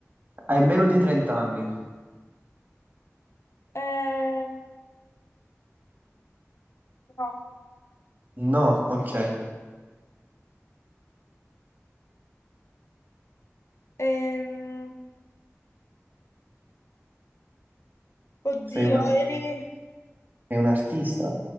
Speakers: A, on the right (about 35°); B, on the left (about 65°).
A: Hai meno di 30 anni?
B: Eh, no.
A: No, ok.
B: Ehm, oddio,
A: Sei un,
B: eri,
A: sei un artista?